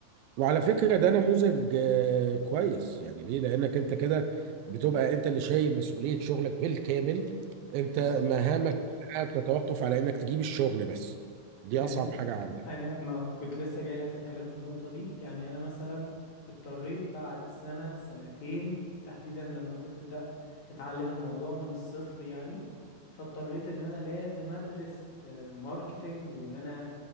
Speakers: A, on the right; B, on the left.
A: وعلى فكره ده نموذج آه، كويس يعني ليه لانك انت كده بتبقى انت اللي شايل مسؤوليه شغلك بالكامل انت
B: بالظبط
A: مهامك كلها بتتوقف على انك تجيب الشغل بس دي
B: يعني
A: اصعب حاجه عندك
B: انا ما كنت لسه جاي لك في الكلام في النقطة دي يعني انا مثلا اضطريت بعد سنة سنتين تحديدا لما انت تبدأ تتعلم الموضوع من الصفر يعني فاضطريت ان انا لازم ادرس آه، ماركتينج وان انا